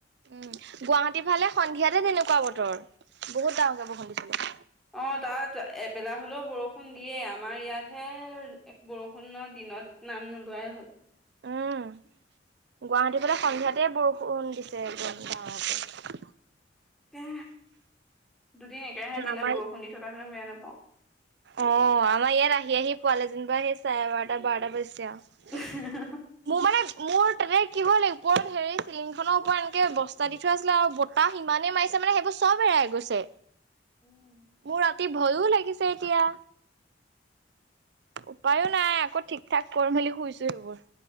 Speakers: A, on the right; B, in the centre.
A: উম, গুৱাহাটীৰ ফালে সন্ধিয়াতে তেনেকুৱা বতৰ, বহুত ডাঙৰকে বৰষুণ দিছিলে।
B: অ', তাত এবেলা হ'লেও বৰষুণ দিয়ে। আমাৰ ইয়াতহে বৰষুণৰ দিনত নাম নোলোৱাই হ'ল।
A: উম। গুৱাহাটীফালে সন্ধিয়াতে বৰষুণ দিছে
B: এ, দুদিন একেৰাহে দিনত
A: আমাৰ
B: বৰষুণ দি থকা বেয়া নাপ
A: অ', আমাৰ ইয়াত আহি, আহি পোৱালে যেনিবা সেই চাৰে-বাৰটা, বাৰটা বাজছে।
B: নাপাওঁ।
A: মোৰ মানে মোৰ তেনে কি হ'ল ওপৰত হেৰি চিলিংখনৰ ওপৰত এনেকে বস্তা দি থৈ আছিলে আৰু বতাহ সিমানেই মাৰিছে মানে সেইবোৰ চব হে গৈছে।
B: উম
A: মোৰ ৰাতি ভয়ো লাগিছে এতিয়া। উপায়ো নাই আকৌ ঠিক ঠাক কৰি মেলি শুইছো, সেইবোৰ